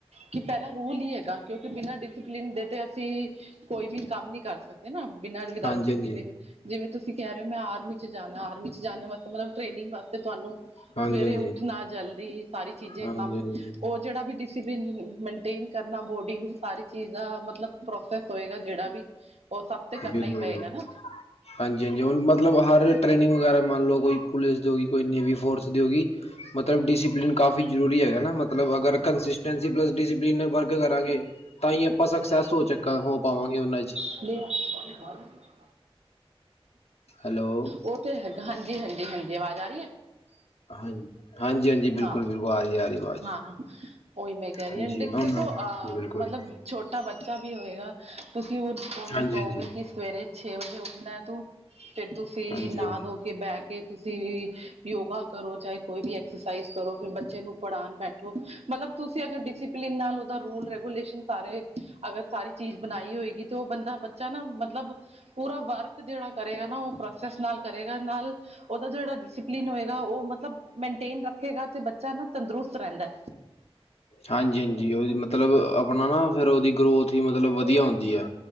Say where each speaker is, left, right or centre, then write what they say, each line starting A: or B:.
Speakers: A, on the right; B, on the left.
A: ਕਿ ਪੈਲਾ ਰੂਲ ਈ ਹੈਗਾ ਕਿਉਂ ਕਿ ਬਿਨਾਂ ਡਿਸਿਪਲਿਨ ਦੇ ਤੇ ਅਸੀਂ ਕੋਈ ਵੀ ਕੰਮ ਨੀ ਕਰ ਸਕਦੇ ਨਾ ਬਿਨਾਂ ਵਿਦਾਊਟ
B: ਹਾਂਜੀ-ਹਾਂਜੀ,
A: ਡਿਸਪਲਿਨ ਜਿਵੇਂ ਤੁਸੀਂ ਕੈ ਰੇ ਓ ਮੈਂ ਆਰਮੀ ਚ ਜਾਨਾ ਆਰਮੀ ਚ ਜਾਨੇ ਵਾਸਤੇ ਮਤਲਬ ਟ੍ਰੇਨਿੰਗ ਵਾਸ ਤੇ ਤੁਆਨੂੰ
B: ਹਾਂਜੀ-ਹਾਂਜੀ,
A: ਸਵੇਰੇ ਉੱਠਣਾ ਜਲਦੀ ਸਾਰੀ ਚੀਜ਼ੇ
B: ਹਾਂਜੀ-ਹਾਂਜੀ,
A: ਕੰਮ ਓ ਜੇੜਾ ਵੀ ਡਿਸਪਲਿਨ ਮੇਨਟੇਨ ਕਰਨਾ ਬੋਡੀ ਨੂੰ ਸਾਰੀ ਚੀਜ਼ ਦਾ ਮਤਲਬ ਪ੍ਰੋਸੈਸ ਹੋਏਗਾ ਜੇੜਾ ਵੀ ਉਹ ਸਭ ਤੇ ਕਰਨਾ
B: ਬਿਲਕੁਲ
A: ਹੀ ਪਏਗਾ
B: ਜ਼ਰੁਰ।
A: ਨਾ
B: ਹਾਂਜੀ-ਹਾਂਜੀ ਹੁਨ ਮਤਲਬ ਹਰ ਟ੍ਰੇਨਿੰਗ ਵਗੈਰਾ ਮੰਨ ਲਓ ਕੋਈ ਪੁਲਿਸ ਦੀ ਹੋਗੀ ਕੋਈ ਨੇਵੀ ਫੋਰਸ ਦੀ ਹੋਗੀ। ਮਤਲਬ ਡਿਸਿਪਲਿਨ ਕਾਫੀ ਜ਼ਰੂਰੀ ਹੈਗਾ ਨਾ ਮਤਲਬ ਅਗਰ ਕੰਸਿਸਟੈਂਸੀ ਪਲੱਸ ਡਿਸਪਲਿਨ ਵਰਕ ਕਰਾਂਗੇ ਤਾਂ ਈ ਆਪਾਂ ਸਕਸੈਸ ਹੋ ਚੱਕਾ ਹੋ ਪਾਵਾਂਗੇ ਓਨਾਂ ਚ
A: <unintelligible>
B: ਹੈਲੋ।
A: ਉਹ ਹਾਂਜੀ, ਹਾਂਜੀ, ਹਾਂਜੀ, ਆਵਾਜ਼ ਆ ਰਹੀ ਹੈ।
B: ਹਾਂ, ਹਾਂਜੀ। ਬਿਲਕੁਲ-ਬਿਲਕੁਲ
A: ਹਾਂ,
B: ਆ ਰਹੀ ਆ ਰਹੀ ਆਵਾਜ਼।
A: ਹਾਂ, ਉਹੀ ਮੈਂ ਕਹਿ ਰਹੀ
B: ਹਾਂਜੀ
A: ਹਾਂ,
B: ਉਹਨਾਂ
A: ਦੇਖੋ, ਅਹ
B: ਬਿਲਕੁਲ
A: ਮਤਲਬ। ਛੋਟਾ ਬੱਚਾ ਵੀ ਹੋਏਗਾ, ਤੁਸੀਂ ਉਹ, ਉਹਨੂੰ
B: ਹਾਂਜੀ,
A: ਕਹੋਗੇ
B: ਹਾਂਜੀ,
A: ਕਿ। ਸਵੇਰੇ ਛੇ ਵਜੇ ਉੱਠਣਾ ਏ ਤੂੰ, ਫਿਰ ਤੁਸੀਂ
B: ਹਾਂਜੀ,
A: ਨਾ
B: ਹਾਂਜੀ।
A: ਧੋ ਕੇ ਬਹਿ ਕੇ ਤੁਸੀਂ। ਯੋਗਾ ਕਰੋ, ਚਾਹੇ ਕੋਈ ਵੀ <unintelligible> ਕਰੋ, ਫਿਰ ਬੱਚੇ ਨੂੰ ਪੜ੍ਹਾਉਣ ਬੈਠੋ, ਮਤਲਬ ਤੁਸੀਂ ਅਗਰ ਡਿਸਿਪਲਿਨ ਨਾਲ ਉਹਦਾ ਰੂਲ। ਰੈਗੂਲੇਸ਼ਨ ਸਾਰੇ, ਅਗਰ ਸਾਰੀ ਚੀਜ਼ ਬਣਾਈ ਹੋਏਗੀ ਤੇ ਉਹ ਬੰਦਾ, ਬੱਚਾ ਨਾ, ਮਤਲਬ। ਪੂਰਾ ਵਰਕ ਜਿਹੜਾ ਕਰੇਗਾ ਨਾ, ਉਹ ਪ੍ਰੋਸੈਸ ਨਾਲ ਕਰੇਗਾ, ਨਾਲ। ਉਹਦਾ ਜਿਹੜਾ ਡਸਿਪਲੀਨ ਹੋਏਗਾ, ਉਹ ਮਤਲਬ, ਮਨਟੇਨ ਰੱਖੇਗਾ ਤੇ ਬੱਚਾ ਨਾ ਤੰਦਰੁਸਤ ਰਹਿੰਦਾ।
B: ਹਾਂਜੀ, ਹਾਂਜੀ, ਉਹ ਮਤਲਬ ਆਪਣਾ ਨਾ, ਫਿਰ ਉਹਦੀ ਗਰੋਥ ਹੀ ਮਤਲਬ, ਵਧੀਆ ਹੁੰਦੀ ਹੈ।